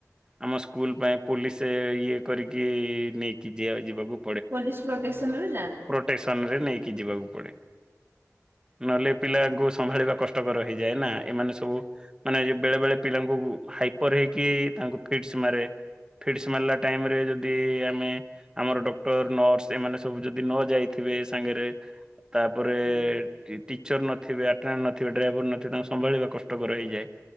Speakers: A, on the right; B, on the right.
A: ଆମ ସ୍କୁଲ ପାଇଁ ପୋଲିସ୍ ଇଏ କରିକି ନେଇକି ଯିବା ଯିବାକୁ
B: ପୋଲିସ ପ୍ରୋଟେକ୍ସନରେ ଯାଆନ୍ତି?
A: ପ୍ରଟେକ୍ସନରେ ନେଇକି ଯିବାକୁ ପଡେ। ନହେଲେ ପିଲାଙ୍କୁ ସମ୍ଭାଳିବା କଷ୍ଟକର ହେଇଯାଏ ନା ଏମାନେ ସବୁ ମାନେ ବେଳେ ବେଳେ ପିଲାଙ୍କୁ ହାଇପର୍ ହେଇକି ତାଙ୍କୁ ଫିଟସ ମାରେ ଫିଟସ ମାରିଲା ଟାଇମ ରେ ଯଦି ଆମେ ଆମର ଡକ୍ଟର ନର୍ସ ଏମାନେ ସବୁ ଯଦି ନ ଯାଇଥିବେ ସାଙ୍ଗରେ ତାପରେ
B: ହୁଁ।
A: ଟି ଟିଚର୍ ନଥିବେ ଟ୍ରନ୍ ନଥିବେ ଡ୍ରାଇଭର ନଥିବେ ତାଙ୍କୁ ସମ୍ଭାଳିବା କଷ୍ଟକର ହେଇଯାଏ